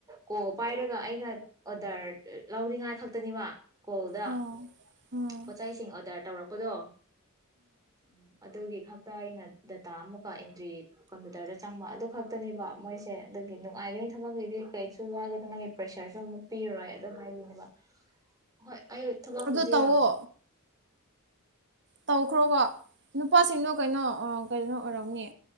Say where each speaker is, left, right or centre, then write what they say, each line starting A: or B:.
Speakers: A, on the right; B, on the right.
A: ꯀꯣ ꯄꯥꯏ ꯍꯥꯏꯔꯒ ꯑꯩꯅ ꯑꯣꯗꯔ ꯂꯧꯅꯤꯡꯉꯥꯏ ꯈꯛꯇꯅꯦꯕ ꯀꯣꯜꯗ
B: ꯑꯣ ꯎꯝ
A: ꯄꯣꯠꯆꯩꯁꯤꯡ ꯑꯣꯗꯔ ꯇꯧꯔꯛꯄꯗꯣ ꯎꯝ ꯑꯗꯨꯗꯒꯤ ꯈꯛꯇ ꯑꯩꯅ ꯗꯇꯥ ꯑꯃꯨꯛꯀ ꯑꯦꯟꯇ꯭ꯔꯤ ꯀꯝꯄ꯭ꯌꯨꯇꯔꯗ ꯆꯪꯕ ꯑꯗꯨ ꯈꯛꯇꯅꯦꯕ ꯃꯣꯏꯁꯦ ꯑꯗꯨꯒꯤ ꯅꯨꯡꯉꯥꯏ ꯍꯥꯏꯒꯅꯤ ꯊꯕꯛꯀꯤꯨꯗꯤ ꯀꯩꯁꯨ ꯋꯥꯒꯗꯣ ꯅꯪꯒꯤ ꯄ꯭ꯔꯦꯁꯔꯁꯨ ꯑꯃꯨꯛ ꯄꯤꯔꯔꯣꯏ ꯑꯗꯨ ꯍꯥꯏꯗꯨꯣꯏꯅꯦꯕ ꯍꯣꯏ ꯑꯩ ꯊꯕꯛꯄꯨꯗꯤ
B: ꯑꯗꯨ ꯇꯧꯋꯣ
A: ꯌꯥꯝ
B: ꯇꯧꯈ꯭ꯔꯣꯕ ꯅꯨꯄꯥꯁꯤꯡꯗꯣ ꯀꯩꯅꯣ ꯀꯩꯅꯣ ꯑꯣꯏꯔꯝꯅꯦ